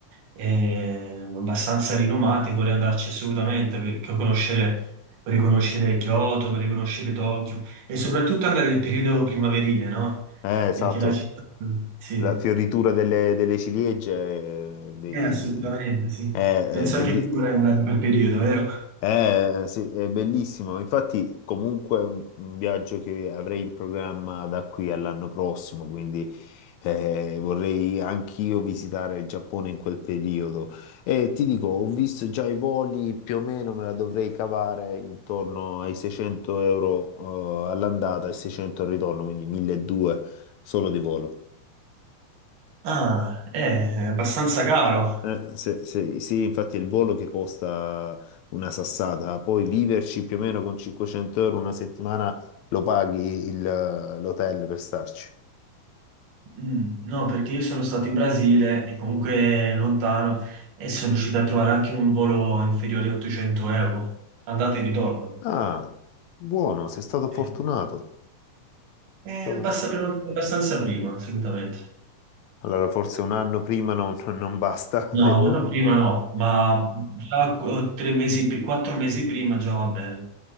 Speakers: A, on the right; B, on the left.
A: è abbastanza rinomata e vorrei andarci assolutamente per per conoscere, per riconoscere Kyoto, per riconoscere Tokyo e soprattutto andare nel periodo primaverile, no?
B: Eh, esatto.
A: Perché là ci sono... Sì,
B: La fioritura delle, delle ciliegie eh, dei-
A: Eh, assolutamente sì.
B: è,
A: Penso
B: è belli-
A: anche tu vorrai andare in quel periodo, vero?
B: è- sì, è bellissimo. Infatti, comunque, è un un viaggio che avrei in programma da qui all'anno prossimo, quindi eh, vorrei anch'io visitare il Giappone in quel periodo. E ti dico, ho visto già i voli, più o meno me la dovrei cavare intorno ai 600 euro eh, all'andata e 600 al ritorno, quindi 1200 solo di volo.
A: Ah, eh, è abbastanza caro.
B: Eh, se- se- sì, infatti è il volo che costa una sassata, poi viverci più o meno con 500 euro una settimana lo paghi il- l'hotel per starci.
A: Mm, No, perché io sono stato in Brasile e comunque lontano e sono riuscito a trovare anche un volo inferiore a 800 euro, andata e ritorno.
B: Ah, buono, sei stato fortunato.
A: Sì. Eh,
B: Stato-
A: basta prenotare abbastanza prima, assolutamente.
B: Allora forse un anno prima non, non basta, <laughs>
A: No,
B: devo...
A: no, no, prima no, ma già qu- tre mesi, pri- quattro mesi prima già va bene.